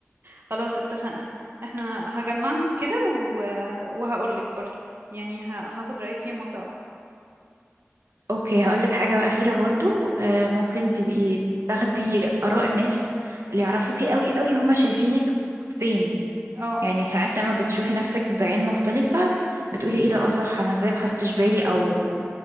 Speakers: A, on the right; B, on the right.
A: خلاص اتفقنا احنا هجمعهم كده و... وهقولك برضو يعني ه- هاخد رأيك فيهم واحدة واحدة
B: اوكي هقولك حاجة أخيرة برضو آه، ممكن تبقي تاخدي آراء الناس اللي يعرفوكي قوي قوي هما شايفينك فين
A: اه
B: يعني ساعات لما بتشوفي نفسك بعين مختلفة بتقولي ايه ده اه صح انا ازاي ما خدتش بالي او